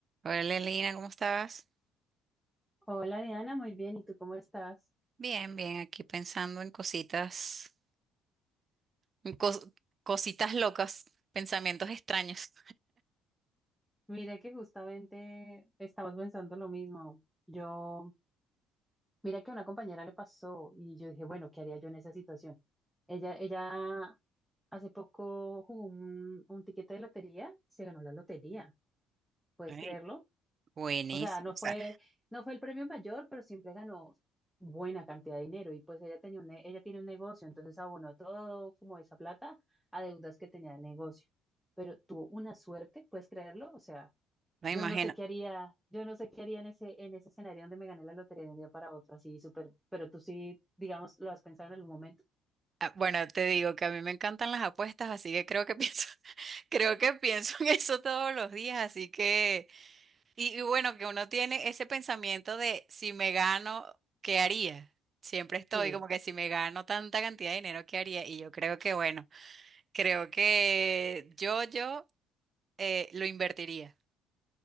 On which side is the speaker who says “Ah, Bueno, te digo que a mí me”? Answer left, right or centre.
Right